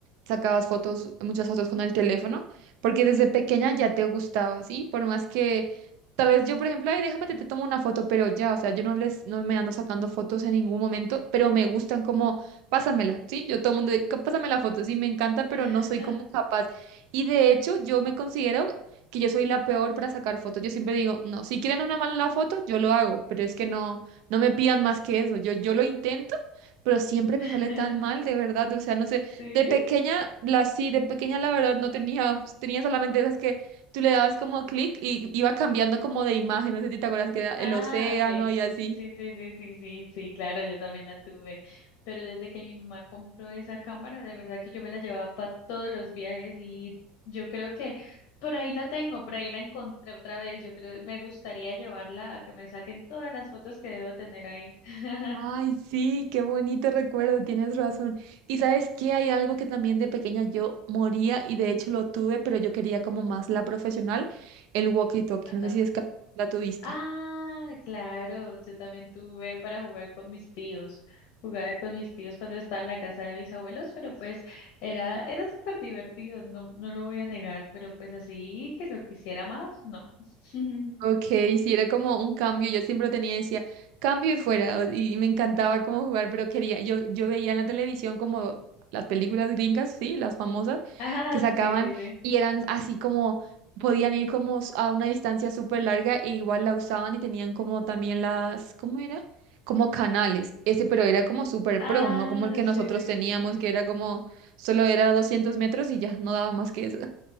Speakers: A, on the right; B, on the left.
A: sacabas fotos, muchas fotos con el teléfono, porque desde pequeña ya te gustaba, ¿sí? Por más que tal vez yo, por ejemplo, ay, déjame te, te tomo una foto, pero ya, o sea, yo no les, no me ando sacando fotos en ningún momento, pero me gustan como, pásamela, ¿sí? Yo todo el mundo, de, "Cá- pásame la foto, sí, me encanta, pero
B: <laughs>
A: no soy como capaz. Y de hecho, yo me considero que yo soy la peor para sacar fotos. Yo siempre digo, no, si quieren una mala foto, yo lo hago, pero es que no, no me pidan más que eso. Yo, yo lo intento, pero siempre me
B: <laughs>
A: sale tan mal, de verdad. O sea, no sé,
B: Sí.
A: de pequeña, la sí, de pequeña la verdad no tenía, pues, tenía solamente esas que tú le dabas como clic y iba cambiando como de imagen. No sé si te acuerdas que era el
B: Ah,
A: océano
B: okay.
A: y así.
B: Sí, sí, sí, sí, sí, sí, claro, yo también la tuve. Pero desde que mi mamá compró esa cámara, de verdad que yo me la llevaba para todos los viajes y yo creo que por ahí la tengo, por ahí la encontré otra vez. Yo creo, me gustaría llevarla a que me saquen todas las fotos que debo tener ahí. <laughs>
A: Ay, sí, qué bonito recuerdo, tienes razón. Y sabes que hay algo que también de pequeña yo moría y de hecho lo tuve, pero yo quería como más la profesional, el walkie-talkie.
B: Cuéntame.
A: No sé si es que la tuviste.
B: Ah, claro, yo también tuve para jugar con mis tíos. Jugaba con mis tíos cuando estaba en la casa de mis abuelos, pero pues era, era súper divertido, no, no lo voy a negar, pero pues así que lo quisiera más, no. <laughs>
A: Ok, sí, era como un cambio, yo siempre lo tenía, decía, cambio y fuera, o- y me encantaba como jugar, pero quería, yo, yo veía en la televisión como las películas gringas, sí, las famosas,
B: Ah,
A: que sacaban
B: sí, sí, sí.
A: y eran así como, podían ir como s- a una distancia súper larga e igual la usaban y tenían como también las, ¿cómo era? Como canales, ese, pero era como súper
B: Ah,
A: pro, no como el que
B: sí,
A: nosotros
B: sí, sí,
A: teníamos,
B: sí.
A: que era como, solo era 200 metros y ya, no daba más que eso.